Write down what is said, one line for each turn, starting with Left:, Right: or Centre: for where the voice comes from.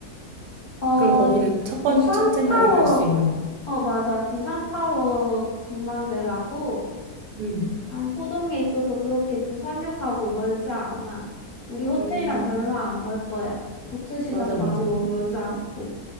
Left: 어,
Right: 그럼 거기는 첫 번,
Left: 부산
Right: 첫째
Left: 타워.
Right: 날에 갈 수 있는 거야.
Left: 어, 맞아. 부산 타워 전망대라고
Right: 음,
Left: 남포동에 있어서 그렇게 부산역하고 멀지 않아. 우리 호텔이랑
Right: 음,
Left: 별로 안 멀 거야. 국제시장
Right: 맞아,
Left: 가도
Right: 맞아.
Left: 멀지 않고.